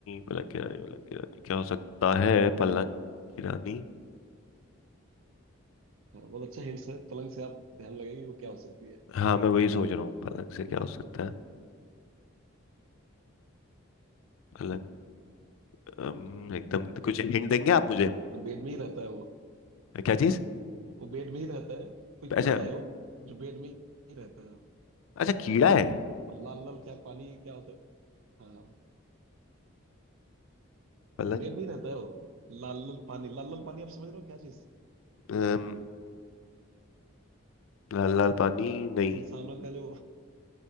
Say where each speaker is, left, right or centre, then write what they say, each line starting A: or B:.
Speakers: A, on the left; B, on the right.
A: पलंग की रानी पलंग की रानी क्या हो सकता है पलंग की रानी
B: हाँ बहुत अच्छा हिंट्स है पलंग से आप ध्यान लगाइए वो क्या हो सकती है
A: हाँ मैं वही सोच
B: तो
A: रहा हूँ पलंग से क्या हो सकता है पलंग अम, एकदम कुछ हिंट देंगे
B: वो
A: आप मुझे
B: मतलब बेड में ही रहता है वो
A: क्या चीज
B: वो बेड में ही रहता है कोई
A: अच्छा
B: कीड़ा है वो जो बेड में ही रहता है
A: अच्छा कीड़ा है
B: और लाल लाल क्या पानी क्या होता है हाँ
A: पलंग
B: वेट नहीं रहता है वो लाल लाल पानी लाल लाल पानी आप समझ रहे हो क्या चीज
A: अम, लाल लाल पानी नहीं
B: इंसानों का जो